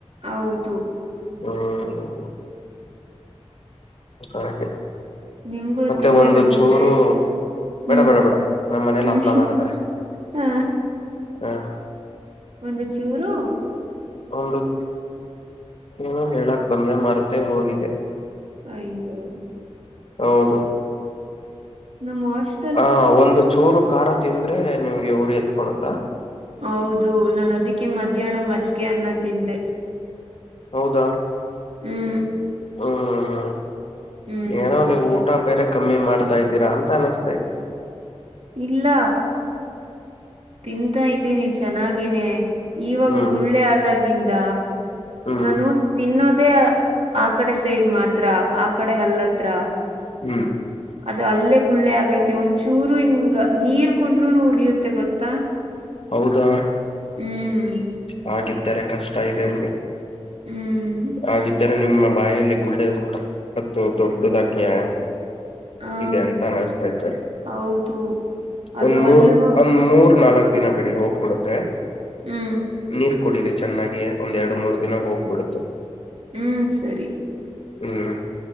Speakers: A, on the right; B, on the left.
A: ಹೌದು.
B: ಹ್ಮ್. ಹಾಗೆ.
A: ನಿಮ್ಗೂ
B: ಮತ್ತೆ
A: ತಿನ್ಬೇಕನ್ಸಿದ್ರೆ.
B: ಒಂದು ಚೂರು
A: ಹ್ಮ್
B: ಬೇಡ ಬೇಡ ಬೇಡ ನಮ್ಮ ಮನೇಲಿ
A: ಹ್ಮ್
B: ಹಪ್ಳ ಮಾಡ್ತಾರೆ
A: ಹ.
B: ಹ
A: ಒಂದು ಚೂರು.
B: ಒಂದು <inaudible> ಏನೊ ಹೇಳಕ್ ಬಂದೆ ಮರ್ತೆ ಹೋಗಿದೆ.
A: ಅಯ್ಯೋ.
B: ಹೌದು.
A: ನಮ್ ವಾಷ್.
B: ಹಾ ಒಂದು ಚೂರು ಕಾರ ತಿಂದ್ರೆ ನಿಮ್ಗೆ ಊರಿ ಅತ್ಕೊಳುತ್ತ.
A: ಹೌದು ನಾನ್ ಅದಿಕ್ಕೆ ಮಧ್ಯಾಹ್ನ ಮಜ್ಗೆ ಅನ್ನ ತಿಂದೆ.
B: ಹೌದಾ.
A: ಹ್ಮ್.
B: ಹ್ಮ್
A: ಹ್ಮ್
B: ಏನಾ ನೀವ್ ಊಟ ಬೇರೆ. ಕಮ್ಮಿ ಮಾಡ್ತಾ ಇದ್ದೀರಾ ಅಂತ ಅನುಸ್ತೈತೆ.
A: ಇಲ್ಲ. ತಿಂತಾ ಇದ್ದೀನಿ ಚೆನ್ನಾಗಿನೇ ಇವಾಗ್
B: ಹ್ಮ್
A: ಗುಳ್ಳೆ ಆದಾಗಿಂದ.
B: ಹ್ಮ್
A: ನಾನು ತಿನ್ನೋದ ಆಕಡೆ ಸೈಡ್ ಮಾತ್ರ ಆಕಡೆ ಹಲ್ಲತ್ರ.
B: ಹ್ಮ್.
A: ಅದ ಅಲ್ಲೇ ಗುಳ್ಳೆ ಆಗೈತೆ ಒಂಚ್ಚುರು ಹಿಂಗ್ ನೀರ್ ಕುಡಿಡುದ್ರುನು ಉರಿಯುತ್ತೆ ಗೊತ್ತಾ.
B: ಹೌದಾ.
A: ಹ್ಮ್.
B: ಹಾಗಿದ್ದಾರೆ ಕಷ್ಟ ಇದೆ ಬಿಡು.
A: ಹ್ಮ್.
B: ಹಾಗಿದ್ದರೆ ನಿಮ್ಮ ಬಾಯಲ್ಲಿ ಗುಳ್ಳೆ ತಕ್ಕತ್ತು ದೊಡ್ಡದಾಗ್ನ್ಯ.
A: ಆ
B: ಇದೆ ಅಂತ ಅನಸ್ತೈತೆ.
A: ಹೌದು. ಅದು
B: ಒಂದ್ ಮೂರ್
A: ಹಲ್ಲುನು
B: ಒಂದ್ ಮೂರ್ ನಾಲ್ಕ್ ದಿನ ಬಿಡಿ ಹೋಗ್ಬುಡತ್ತೆ.
A: ಹ್ಮ್.
B: ನೀರ್ ಕುಡಿರಿ ಚೆನ್ನಾಗಿ ಒಂದ್ ಎರಡ್ ಮೂರ್ ದಿನ ಹೋಗ್ಬಿಡುತ್ತೆ.
A: ಹ್ಮ್ ಸರಿ.
B: ಹ್ಮ್.